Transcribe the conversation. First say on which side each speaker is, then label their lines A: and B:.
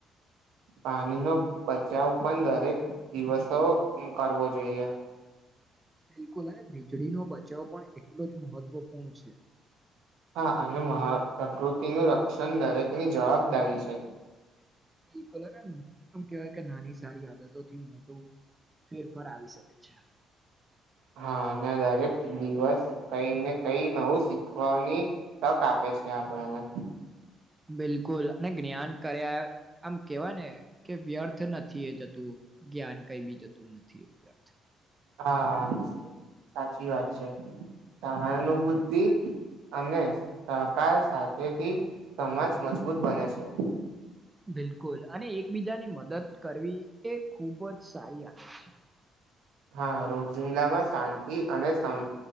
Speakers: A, on the right; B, on the right.
A: પાણીનો બચાવ પણ દરેક દિવસો મુ કરવો જોઈએ. <unintelligible>
B: બિલકુલ અને વીજળીનો બચાવ પણ એટલો જ મહત્વપૂર્ણ છે.
A: હા અને મહ પ્રકૃતિનું રક્ષણ દરેકની જવાબદારી છે.
B: બિલકુલ અને હ આમ કેવાય કે નાની સારી આદતોથી મોટું ફેરફાર આવી શકે છે.
A: હા અને દરેક દિવસ કઈને કઈ નવું શીખવાની તક આપે શે આપણાને
B: બિલકુલ અને જ્ઞાન કર્યા આમ કેવાય ને કે વ્યર્થ નથી એ જતું જ્ઞાન કઈ બી જતું નથી વ્યર્થ
A: હા સાચી વાત છે. સહાનુભૂતિ અને સહકાર સાથેથી સમાજ મજબૂત બને છે.
B: બિલકુલ અને એકબીજાની મદદ કરવી એ ખૂબ જ સારી આદત છે.
A: હા રોજિંદામાં શાંતિ અને સમ